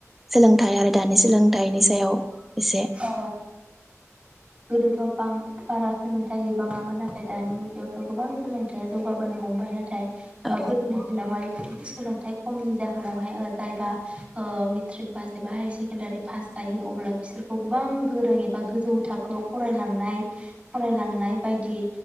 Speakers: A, in the centre; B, on the right (about 20°).
A: सोलोंथाइ आरो दानि सोलोंथाइनि सायाव एसे
B: अ गोदोथ' बां-बारा सोलोंथाइ गैबाङामोन। नाथाय दानि मुगायावथ गोबां सोलोंथाया जौगाबोनो हमबाय नाथाय ओ
A: औ
B: गोदोनि दिनावहाय सोलों नाथाय खमनि जाहोनावहाय ओ जायबा ओ मेट्रिक पास एबा हायार सेकेण्डारि पास जायो अब्ला बिसोरखौ गोबां गोरों एबा गोजौ था खौ फरायलांनाय फरायलांनाय बायदि